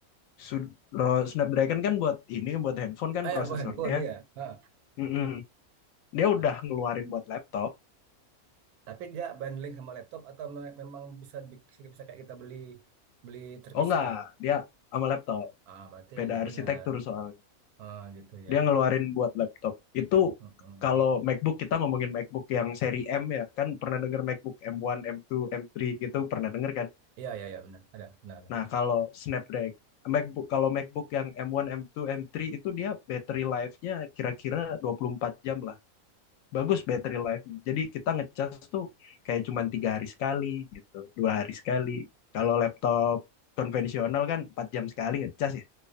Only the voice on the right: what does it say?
Ah
ya, mau handphone iya. Ha.
Nah,
tapi dia bundling sama laptop atau me- memang bisa bi- bisa kayak kita beli beli terpisah.
Ah, berarti
ya
benar.
Ah, gitu ya.
Mm-mm.
Iya, iya, iya benar. Ada, benar.